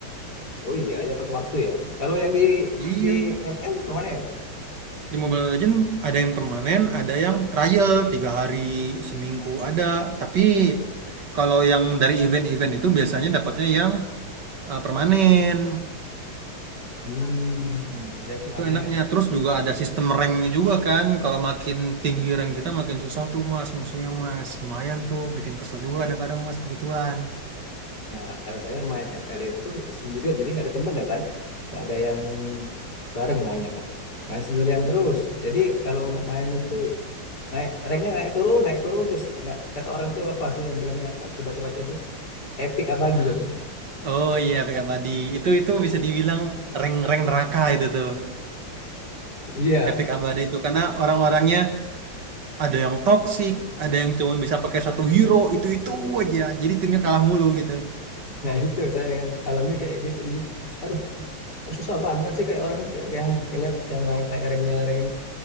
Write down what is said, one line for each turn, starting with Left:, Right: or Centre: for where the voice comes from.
Left: Oh iya, ya pakai waktu ya. Kalau yang di
Right: iya
Left: di ML permanen.
Right: Di Mobile Legends ada yang permanen, ada yang trial tiga hari seminggu ada. Tapi kalau yang dari event-event itu biasanya dapatnya yang eh, permanen.
Left: Hmm, ada yang permanen.
Right: Itu enaknya. Terus juga ada sistem ranknya juga kan. Kalau makin tinggi rank kita makin susah tuh mas musuhnya mas. Lumayan tuh bikin kesel juga kadang-kadang mas begituan.
Left: Nah, kalau saya main ML itu sendirian, jadi nggak ada temen ya kan? Nggak ada yang bareng mainnya kan? Main sendirian terus. Jadi kalau main itu naik ranknya naik turun, naik turun terus nggak kata orang tuh apa sih yang bilangnya aku baca-baca tuh, epic abadi katanya.
Right: Oh iya Epic Abadi. Itu itu bisa dibilang rank-rank neraka itu tuh.
Left: Iya,
Right: Epic Abadi itu karena orang-orangnya Ada yang toxic, ada yang cuma bisa pakai satu hero, itu-itu aja. Jadi timnya kalah mulu gitu.
Left: nah itu saya yang alami kayak gitu. Jadi aduh kok susah banget sih kayak orang kayak yang kalian yang naik naik ranknya rank